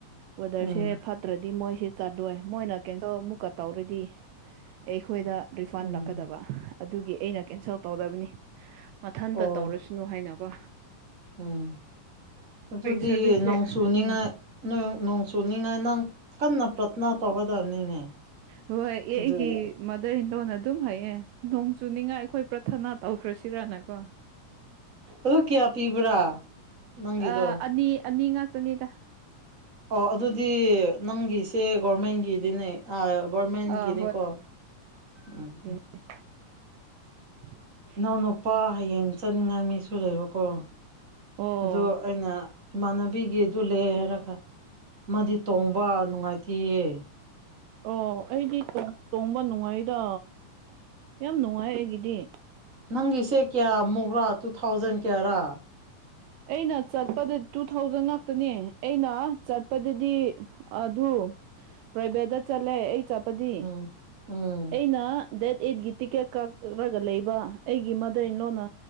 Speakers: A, on the right (about 85°); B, on the right (about 30°).
A: ꯋꯦꯗꯔꯁꯦ
B: ꯎꯝ
A: ꯐꯠꯇ꯭ꯔꯗꯤ ꯃꯣꯏꯁꯤ ꯆꯠꯂꯣꯏ ꯃꯣꯏꯅ ꯀꯦꯟꯁꯦꯜ ꯑꯃꯨꯛꯀ ꯇꯧꯔꯗꯤ ꯑꯩꯈꯣꯏꯗ ꯔꯤꯐꯟ
B: ꯎꯝ
A: ꯂꯥꯛꯀꯗꯕ ꯑꯗꯨꯒꯤ ꯑꯩꯅ ꯀꯦꯟꯁꯦꯜ ꯇꯧꯗꯕꯅꯤ ꯃꯊꯟꯇ
B: ꯑꯣ
A: ꯇꯧꯔꯁꯅꯨ ꯍꯥꯏꯅ ꯀꯣ
B: ꯎꯝ ꯑꯗꯨꯗꯤ
A: ꯁꯔꯚꯤꯁꯁꯦ
B: ꯅꯣꯡ ꯆꯨꯅꯤꯉꯥꯏ
A: ꯎꯝ
B: ꯅꯣꯏ ꯅꯣꯡ ꯇꯨꯅꯤꯡꯉꯥꯏ ꯅꯪ ꯀꯟꯅ ꯄ꯭ꯔꯊꯅ ꯇꯧꯒꯗꯕꯅꯤꯅꯦ
A: ꯍꯣꯏ ꯌꯦ
B: ꯑꯗꯨꯗꯤ
A: ꯑꯩ ꯒꯤ ꯃꯗꯔ ꯏꯟ ꯂꯣꯅ ꯑꯗꯨꯝ ꯍꯥꯏꯌꯦ ꯅꯣꯡ ꯆꯨꯅꯤꯡꯉꯥꯏ ꯑꯩꯈꯣꯏ ꯄ꯭ꯔꯊꯅꯥ ꯇꯧꯈ꯭ꯔꯁꯤꯔꯅ ꯀꯣ
B: ꯑꯗꯨ ꯀꯌꯥ ꯄꯤꯕ꯭ꯔꯥ ꯅꯪꯒꯤꯗꯣ
A: ꯑ ꯑꯅꯤ ꯑꯅꯤ ꯉꯥꯛ ꯇꯨꯅꯤꯗ
B: ꯑꯣ ꯑꯗꯨꯗꯤ ꯅꯪꯒꯤꯁꯦ ꯒꯣꯔꯃꯦꯟꯒꯤꯗꯤꯅꯦ ꯑꯥ ꯒꯣꯔꯃꯦꯟꯒꯤꯅꯤꯀꯣ
A: ꯑꯥ
B: ꯎꯝ ꯎꯝ
A: ꯑꯦ
B: ꯏꯅꯥꯎ ꯅꯨꯄꯥ ꯍꯌꯦꯡ ꯆꯠꯅꯤꯡꯉꯥꯏ ꯃꯤꯁꯨ ꯂꯩꯕꯀꯣ
A: ꯑꯣ
B: ꯑꯗꯨ ꯑꯩꯅ ꯏꯃꯥꯟꯅꯕꯤꯒꯤ ꯑꯗꯨ ꯂꯩ ꯍꯥꯏꯔꯒ ꯃꯥꯗꯤ ꯇꯣꯡꯕ ꯅꯨꯡꯉꯥꯏꯇꯦꯌꯦ
A: ꯑꯣ ꯑꯩꯗꯤ ꯇꯣꯡ ꯇꯣꯡꯕ ꯅꯨꯡꯉꯥꯏꯗ ꯌꯥꯝ ꯅꯨꯡꯉꯥꯏ ꯑꯩꯒꯤꯗꯤ
B: ꯅꯪꯒꯤꯁꯦ ꯀꯌꯥꯃꯨꯛꯔꯥ ꯇꯨ ꯊꯥꯎꯖꯟ ꯀꯌꯥꯔꯥ
A: ꯑꯩꯅ ꯆꯠꯄꯗ ꯇꯨ ꯊꯥꯎꯖꯟ ꯉꯥꯛꯇꯅꯦ ꯑꯩꯅ ꯆꯠꯄꯗꯗꯤ ꯑꯗꯨ ꯄ꯭ꯔꯥꯏꯚꯦꯠꯇ ꯆꯠꯂꯦ ꯑꯩ ꯆꯠꯄꯗꯤ
B: ꯎꯝ ꯎꯝ
A: ꯑꯩꯅ ꯗꯦꯠ ꯑꯩꯠꯀꯤ ꯇꯤꯀꯦꯠ ꯀꯛꯔꯒ ꯂꯩꯕ ꯑꯩꯒꯤ ꯃꯗꯔ ꯏꯟꯂꯣꯅ